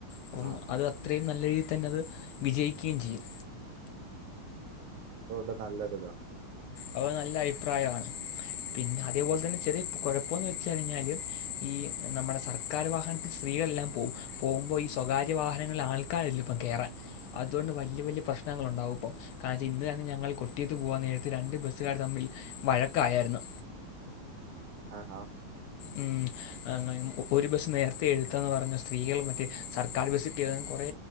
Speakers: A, on the left; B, on the right.
A: അപ്പം
B: ആ
A: അത് അത്രയും നല്ല രീതി തന്നെ അത് വിജയിക്കുകയും ചെയ്യും.
B: ത്തോടെ നല്ലരുതാ
A: അവ നല്ല അയ്പ്രായാണ്. പിന്നെ അതേപോലെ തന്നെ ചെറിയ കൊഴപ്പംന്ന് വെച്ച് കഴിഞ്ഞാല് ഈ നമ്മുടെ സർക്കാർ വാഹനത്തിൽ സ്ത്രീകളെല്ലാം പോ പോകുമ്പൊ ഈ സ്വകാര്യ വാഹനങ്ങളിൽ ആൾക്കാരില്ല ഇപ്പം കേറാൻ അതുകൊണ്ട് വല്യ വല്യ പ്രശ്നങ്ങളുണ്ടാവും ഇപ്പം കാര്യം ഇന്നാണ് ഞങ്ങൾ കൊട്ടിയത്ത് പോകാൻ നേര്ത്ത് രണ്ട് ബസ്സുകാർ തമ്മിൽ വഴക്കായായര്ന്ന്
B: ആഹ് ഹോ
A: ഉം അങ്ങനെ ഒരു ബസ്സ് നേര്ത്തെ എടുത്തെന്ന് പറഞ്ഞു സ്ത്രീകൾ മറ്റേ സർക്കാര് ബസ്സി കേറാൻ കൊറേ